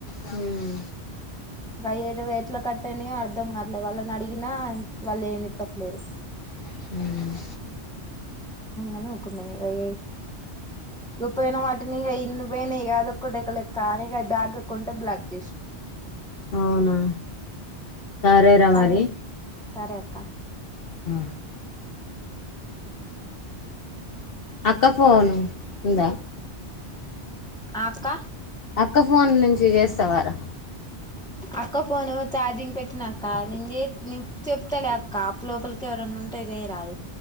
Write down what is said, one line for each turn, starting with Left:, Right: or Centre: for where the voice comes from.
Left: హ్మ్
Centre: అ ఎట్లా కట్టయినవో అర్ధం కాట్లేదు వాళ్ళని అడిగినా వాళ్ళు ఏమి చెప్పట్లేరు
Left: హ్మ్
Centre: ఇగ కుంద మీగ ఇకపోయినా వాటిని ఇన్ని పోయినా ఏదో ఒక కానీ బ్యాగ అకుౌంటే బ్లాక్ చేసా
Left: అవునా సరేరా మరి
Centre: అయి్య సరే అక్క
Left: ఆ అక్క ఫోన్ ఉంద
Centre: ఆ అక్క
Left: అక్క ఫో ఫోన్ నుంచి చేస్తేవారుా
Centre: అక్క ఫోను ఛార్జింగ్ పెట్టినాక్క నేను చెప్తాలే అక్క అప్పు లోపలికి ఎవరైన్నా ఉంటే తే రాదు